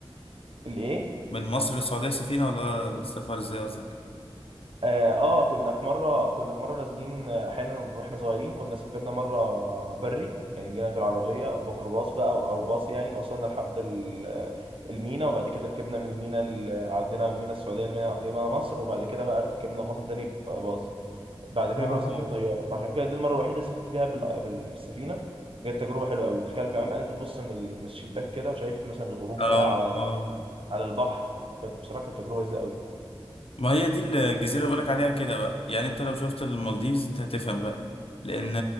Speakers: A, on the right (about 60°); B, on the left (about 65°).
A: الايه
B: من مصر للسعودية سفينة ولا سفر ازاي قصدك؟
A: اه آه، كنا في مره كنا في مره نازلين آه، احيانا واحنا صغيرين كنا سافرنا مره بري يعني جينا بالعربيه ميكروباص بقى او أو باص يعني وصلنا لحد ال- المينا وبعد كده ركبنا من المينا ال- عدينا من المينا السعوديه لمينا لمينا مصر وبعد كده بقى ركبنا مصر تاني باص بعد كده
B: اه
A: كنا بنسافر طياره فعشان كده دي المره الوحيده اللي سافرت فيها بال- بال- بالسفينه كانت تجربه حلوه قوي وتخيل كمان بقى انت تبص من ال- من الشباك كده وشايف مثلا الغروب
B: اه
A: بقى على ال-
B: اه
A: على البحر كانت بصراحه كانت تجربه لذيذه قوي
B: ما هي دي الجزيرة اللي بقولك عليها كده بقى يعني انت لو شفت المالديفز انت هتفهم بقى لأن